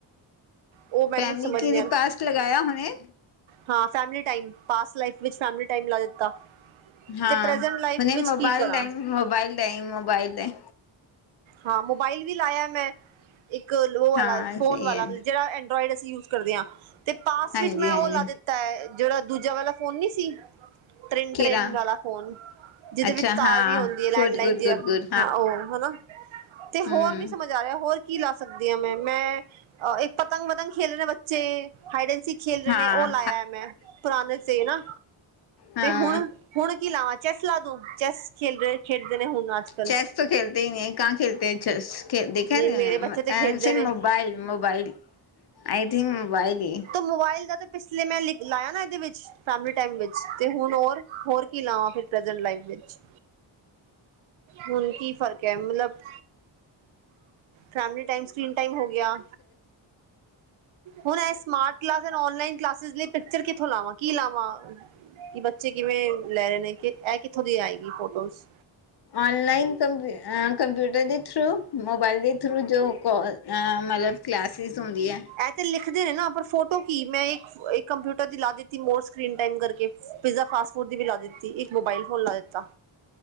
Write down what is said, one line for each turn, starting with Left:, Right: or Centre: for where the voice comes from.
Right: ਉਹ ਮੈਨੂੰ
Left: ਫੈਮਲੀ
Right: ਸਮਝ
Left: ਕੀਦੀ
Right: ਨਹੀਂ ਆ
Left: ਪਾਸਟ ਲਗਾਇਆ ਹੁਣੇ।
Right: ਹਾਂ ਫੈਮਲੀ ਟਾਈਮ, ਪਾਸਟ ਲਾਈਫ ਵਿਚ ਫੈਮਲੀ ਟਾਈਮ ਲਾ ਦਿੱਤਾ।
Left: ਹਾਂ
Right: ਤੇ ਪ੍ਰੈਜੈਂਟ ਲਾਈਫ
Left: ਹੁਣੇ
Right: ਵਿੱਚ
Left: ਮੋਬਾਈਲ
Right: ਕੀ ਕਰਾਂ
Left: ਡਈ, ਮੋਬਾਈਲ ਡ‌ਈ, ਮੋਬਾਈਲ ਡ‌ਈ।
Right: ਹਾਂ ਮੋਬਾਈਲ ਵੀ ਲਾਇਆ ਮੈਂ- ਇੱਕ ਲੋ ਵਲਾ
Left: ਹਾਂ
Right: ਫੋਨ
Left: ਸਹੀ
Right: ਵਾਲਾ,
Left: ਹੈ
Right: ਜੜਾ ਐਂਡਰੋਇਡ ਅਸੀਂ ਯੂਜ ਕਰਦੇ ਆਂ। ਤੇ ਪਾਸ
Left: ਹਾਂਜੀ
Right: ਵਿੱਚ ਮੈਂ
Left: ਹਾਂਜੀ
Right: ਓ ਲਾ ਦਿੱ- ਦਿਤਾ ਏ ਜੇੜਾ ਦੂਜਾ ਵਾਲਾ ਫੋਨ ਨੀ ਸੀ। ਟ੍ਰਿਨ
Left: ਕਿਰਾ
Right: -ਟ੍ਰਿਨ ਵਾਲਾ ਫੋਨ। ਜਿਦੇ
Left: ਅੱਛਾ
Right: ਵਿੱਚ ਤਾਰ
Left: ਹਾਂ
Right: ਵੀ ਹੁੰਦੀ ਐ, ਲੈਂਡਲਾਈਨ
Left: ਗੁਡ ਗੁਡ
Right: ਜਿਆ
Left: ਗੁਡ ਗੁਡ
Right: ਹਾਂ ਓ ਹਨਾ। ਤੇ ਹੋਰ
Left: ਹਮ
Right: ਨੀ ਸਮਝ ਆ ਰਿਆ ਹੋਰ ਕੀ ਲਾ ਸਕਦੀ ਆ ਮੈਂ। ਮੈਂ ਇੱਕ ਪਤੰਗ- ਪਤੰਗ ਖੇਲ ਰ ਨੇ ਬੱਚੇ ਬੱਚੇ ਹਾਈਡ‌ ਏਨ ਸੀਕ ਖੇਲ ਰੇ
Left: ਹਾਂ
Right: ਨੇ, ਓ ਲਾਇਆ ਮੈਂ, ਪੁਰਾਣੇ ਤੇ ਹਨਾ।
Left: ਹਾਂ
Right: ਹੁਣ- ਹੁਣ ਕੀ ਲਾਵਾਂ, ਚੈਸ ਲਾ ਤੂ ਚੈਸ ਖੇਡ ਰੇ ਖੇਡਦੇ ਨੇ ਹੁਣ। ਕੱਲ
Left: ਚੈਸ ਤੋਂ ਖੇਲਤੇ ਈ ਨੀ ਐ, ਕਾ ਖੇਲਤੇ ਐ ਚੈਸ- ਦੇਖਾ
Right: ਨਹੀਂ
Left: ਤਨੇ
Right: ਮੇਰੇ ਬੱਚੇ ਤੇ ਖੇਡਦੇ
Left: ਐ ਸੇ
Right: ਨੇ
Left: mobile- mobile I think mobile ਈ।
Right: ਤੇ ਮੋਬਾਇਲ ਦਾ ਤਾਂ ਪਿਸਲੇ ਮੈਂ ਲਿ ਲਾਇਆ ਨਾ, ਏਦੇ ਵਿੱਚ ਫੈਮਲੀ ਟਾਈਮ ਵਿੱਚ। ਤੇ ਹੁਣ ਹੋਰ ਹੋਰ ਕੀ ਲਾਵਾਂ ਫਿਰ ਪ੍ਰਜੈਂਟ ਲਾਈਫ ਵਿੱਚ। ਹੁਣ ਕੀ ਫਰਕ ਕਿਆ ਮਲਬ- ਫੈਮਲੀ ਟਾਈਮ, ਸਕ੍ਰੀਨ ਟਾਈਮ ਹੋ ਗਿਆ। ਹੁਣ‌ ਐ smart class, and online classes ਲਈ ਪਿਚਰ ਕਿਥੋਂ ਲਾਵਾਂ, ਕੀ ਲਾਵਾਂ। ਕੀ ਬੱਚੇ ਕਿਵੇਂ ਲੈ ਰੇ ਨੇ, ਕੀ ਐ ਕਿੱਥੋਂ ਦੀ ਆਏਗੀ ਫੋਟੋਜ਼-
Left: ਔਨਲਾਈਨ ਕੰਮਪੂ ਆ ਕੰਪਿਊਟਰ ਦੇ ਥਰੂ, ਮੋਬਾਇਲ ਦੇ ਥਰੂ, ਜੋ ਕੋਲ ਮਲਬ ਕਲਾਸਿਸ ਹੁੰਦੀ ਐ।
Right: ਇਹ ਤੇ ਲਿਖਦੇ ਨੇ ਨਾ, ਪਰ ਫੋਟੋ ਕੀ। ਮੈਂ ਇੱਕ ਕੰਪਿਊਟਰ ਦੀ ਲਾ ਦਿੱਤੀ। ਮੋਰ ਸਕ੍ਰੀਨ ਟੈਮ ਕਰਕੇ ਪੀਜ਼ਾ-ਫਾਸਟ ਫੂਡ ਦੀ ਵੀ ਲਾ ਦਿੱਤੀ, ਇੱਕ ਮੋਬਾਏਲ ਫੋਨ ਲਾ ਦਿੱਤਾ।